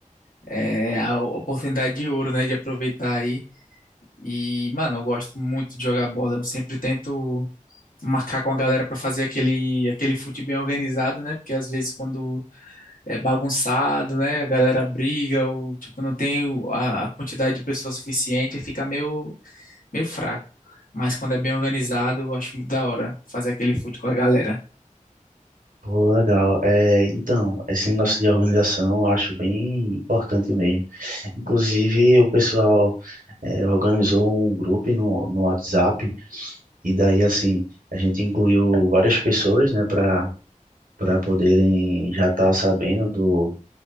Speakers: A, on the left; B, on the right.
A: é a oportunidade de ouro, né, de aproveitar aí. E, mano, eu gosto muito de jogar bola. Eu sempre tento marcar com a galera pra fazer aquele, aquele fute bem organizado, né? Porque às vezes quando é bagunçado, né? A galera briga, ou tipo, não tem o- a a quantidade de pessoas suficiente, aí fica meio, meio fraco. Mas quando é bem organizado, eu acho muito da hora fazer aquele food com a galera.
B: Pô, legal. É, então, esse negócio de organização eu acho bem importante mesmo. Inclusive, o pessoal eh, organizou um grupo no, no WhatsApp e daí, assim, a gente incluiu várias pessoas, né, para para poderem já estar sabendo do,